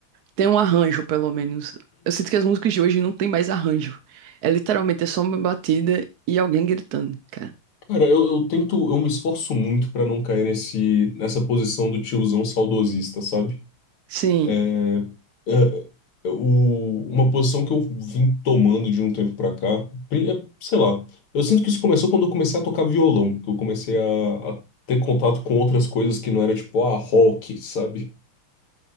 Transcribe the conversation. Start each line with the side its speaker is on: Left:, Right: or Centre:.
Right: tem um arranjo, pelo menos. Eu sinto que as músicas de hoje não tem mais arranjo. É literalmente é só uma batida e alguém gritando, cara.
Left: Cara, eu, eu tento, eu me esforço muito pra não cair nesse, nessa posição do tiozão saudosista, sabe?
Right: Sim.
Left: É, é, o- uma posição que eu vim tomando de um tempo pra cá, pri- é, sei lá, eu sinto que isso começou quando eu comecei a tocar violão, que eu comecei a, a ter contato com outras coisas que não era tipo, ah, rock, sabe?